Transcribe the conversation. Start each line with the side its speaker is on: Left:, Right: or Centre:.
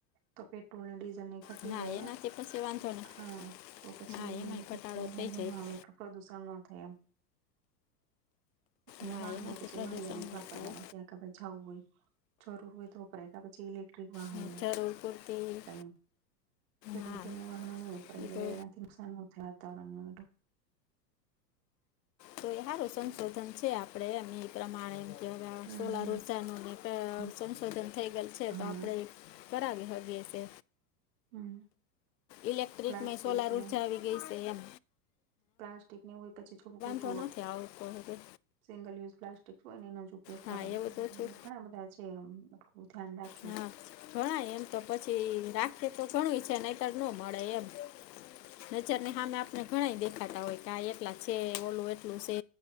Right: તો પેટ્રોલ ને ડીઝલ ની ઘટી
Left: ના
Right: જાય
Left: એનાથી
Right: ને
Left: પછી વાંધો નહીં
Right: હા તો પછી
Left: ના એમાંય ઘટાડો
Right: વાંધો
Left: થઈ જાય
Right: ન આવે. પ્રદૂષણ ન થાય એમ. અને
Left: ના
Right: વાહનો
Left: એનાથી
Right: પછી
Left: પ્રદૂષણ
Right: મર્યાદિત
Left: નહીં
Right: વાપરવાના
Left: થાય
Right: ક્યાં ક્યાક જવું હોય જરૂર હોય તોપરાય પછી ઇલે. <unintelligible> વાહનો
Left: ને
Right: વપરાય,
Left: જરૂર પૂરતી ના
Right: વાઝલ વાહનો વપરાય
Left: એ
Right: લઇ
Left: તો
Right: એનાથી. નુકસાન ન થાય વાતાવરણનું.
Left: તો સારું સંશોધન છે આપડે એમ એ પ્રમાણે.
Right: હમ
Left: સોલાર
Right: હમ
Left: ઉર્જા નું જે
Right: હમ.
Left: સંશોધન થઈ ગયેલ છે
Right: હા
Left: તો આપણે. કરાવી હકીયે છે
Right: હમ
Left: ઇલેક્ટ્રિકમાં
Right: પ્લાસ્ટિક
Left: સોલાર
Right: ને
Left: ઉર્જા આવી. ગઈ સે એમ.
Right: પ્લાસ્ટિક ને હોય પછી થોડું
Left: -દોનો કીયાઆ ઉપર હોતૈ.
Right: સિંગલ યુઝ પ્લાસ્ટિક હોય ને એનો જ ઉપયોગ કરાય
Left: હા એવું તો છું
Right: ઘણા બધા છે ધ્યાન રાખે.
Left: હા ઘણાય એમ તો પછી રાખે તો ઘણું ઈ્ છે નતર ન મળે એમ. નજર ને સામે આપને ઘણા દેખાતા હોય કે આ એટલા છે ઓલું એટલું છે.